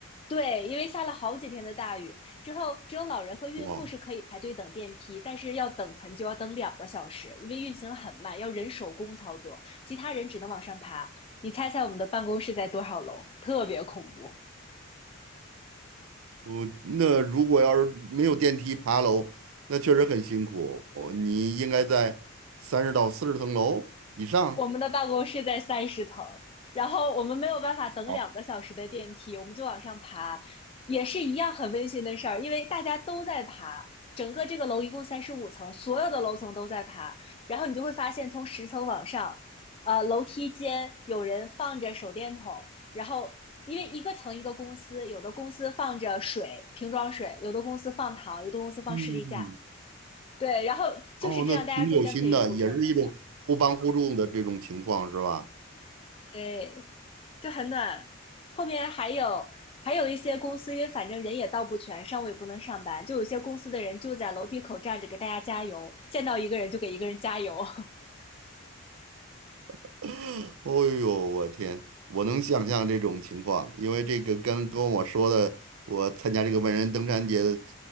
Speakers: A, on the left; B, on the right.
A: 对，因为下了好几天的大雨，之后只有老人和孕妇是可以排队等电梯，
B: 哇！
A: 但是要等很久，要等两个小时，因为运行很慢，要人手工操作，其他人只能往上爬。你猜猜我们的办公室在多少楼？特别恐怖。
B: 我那如果要是没有电梯爬楼，那确实很辛苦。哦你应该在三十到四十层楼以上。
A: 我们的办公室在三十层，然后我们没有办法等两个小时的电梯，
B: 好，
A: 我们就往上爬，也是一样很温馨的事儿，因为大家都在爬。整个这个楼一共三十五层，所有的楼层都在爬，然后你就会发现，从十层往上，呃，楼梯间有人放着手电筒，然后因为一个层一个公司，有的公司放着水，瓶装水，有的公司放糖，有的公司放士力架，
B: 嗯，
A: 对，然后就是这样，
B: 哦，那挺有心的，
A: 大家中间可以补充能量。
B: 也是一种互帮互助的这种情况，是吧？
A: 对，就很暖。后面还有还有一些公司，因为反正人也到不全，上午也不能上班，就有些公司的人就在楼梯口站着给大家加油，见到一个人就给一个人加油。<laughs>
B: <laughs> 哦呦，我天，我能想象这种情况，因为这个跟跟我说的，我参加这个万人登山节的